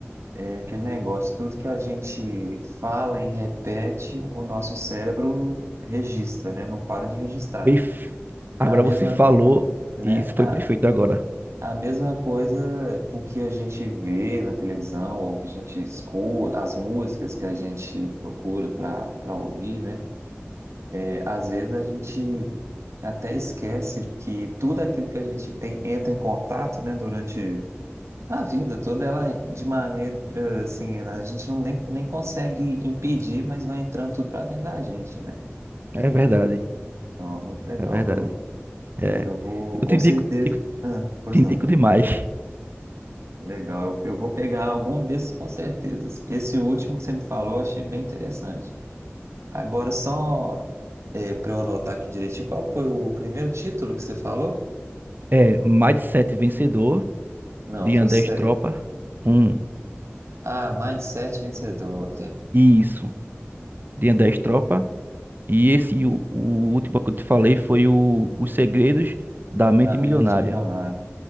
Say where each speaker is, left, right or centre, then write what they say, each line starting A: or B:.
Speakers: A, on the right; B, on the right.
A: É aquele negócio, tudo que a gente fala e repete, o nosso cérebro registra, né? Não para de registrar.
B: Perf- Agora
A: A mesma,
B: você falou
A: Uhum. né?
B: e isso foi
A: A,
B: perfeito agora.
A: a mesma coisa, o que a gente vê na televisão, ou que a gente escuta, as músicas que a gente procura para para ouvir, né? É, às vezes a gente até esquece que tudo aquilo que a gente tem entra em contato, né? Durante A vida toda, ela de maneira eh, assim, ela- a gente não nem, nem consegue impedir, mas vai entrando tudo para dentro da gente, né?
B: É verdade,
A: Então, é muito legal,
B: é verdade.
A: viu? Lu?
B: É.
A: Eu vou,
B: Eu
A: com
B: te indico,
A: certeza.
B: indico-
A: Ah, pois
B: te indico
A: não.
B: demais.
A: Legal, eu, eu vou pegar algum desses com certeza. Esse último que você me falou, eu achei bem interessante. Agora, só para eu anotar aqui direitinho, qual foi o primeiro título que você falou?
B: É Mindset Vencedor,
A: Não,
B: de
A: foi.
B: André
A: se-
B: Tropa. Um.
A: Ah, Mindset Vencedor,
B: Isso, de André Tropa. E esse, o, o último que eu te falei, foi o Os Segredos da Mente
A: da Mente
B: Milionária.
A: Milionário.